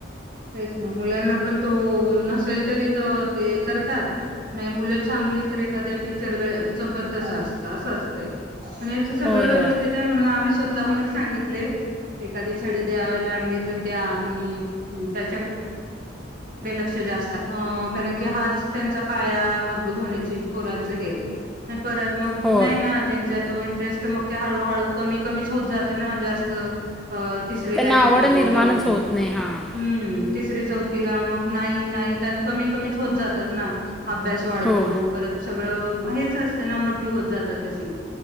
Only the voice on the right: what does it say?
तेच ना मुलांना पण तो नसेल तरी तर ते करतात नाही मुलं चांगली तर एखाद्या टीचर च बद्दल असत असं असतंय. आणि याच सगळं
व्यवस्थित आहे म्हणून आम्ही स्वता....... त हूनच सांगितलय एखादी छडी द्यावी लागली तर द्या तुम्ही आम् त्याच्याकड...... लक्ष जास्त, अ कारण की हाच त्यांचा पाया मजबूत होण्याची पोरांच हे परत मग
नाही ना त्यांच्या तो.... तेच त मग ते हळू हळू कमी कमीच होत जातं ना जास्त. अ तिसरी
ला य आता
तो चौथे हम्म...
तिसरी चौथ तिला मग नाही नाही त्यात कमी कमीच होत जातात ना अभ्यास वाढतो
परत सगळं हेच असते ना मोठी होत जातात तशी